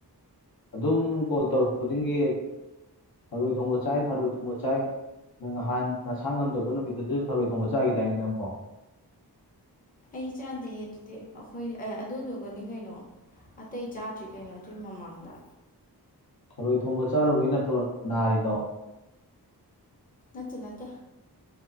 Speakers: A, on the left; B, on the left.
A: ꯑꯗꯨꯝ ꯀꯣꯜ ꯇꯧꯔꯛ ꯈꯨꯗꯤꯡꯒꯤ ꯊꯔꯣꯏ ꯊꯣꯡꯕ ꯆꯥꯏ ꯊꯔꯣꯏ ꯊꯣꯡꯕ ꯆꯥꯏ ꯅꯪ ꯅꯍꯥꯟ ꯅꯁꯥ ꯉꯝꯗꯣꯏꯕ ꯅꯨꯃꯤꯠꯇꯗꯁꯨ ꯊꯔꯣꯏ ꯊꯣꯡꯕ ꯆꯥꯈꯤꯗꯥꯏꯅꯤ ꯅꯪꯕꯣ
B: ꯑꯩ ꯆꯥꯗꯦꯍꯦ ꯑꯗꯨꯗꯤ ꯑꯩꯈꯣꯏ ꯑꯗꯨꯗꯨꯒꯅꯤ ꯀꯩꯅꯣ ꯑꯇꯩ ꯆꯥꯗ꯭ꯔꯤ ꯀꯩꯅꯣ ꯑꯗꯨꯏ ꯃꯃꯥꯡꯗ
A: ꯊꯔꯣꯏ ꯊꯣꯡꯕ ꯆꯥꯔꯨꯕꯩ ꯅꯠꯇ꯭ꯔꯣ ꯅꯥꯔꯤꯗꯣ
B: ꯆꯠꯁꯤ ꯅꯠꯇꯦ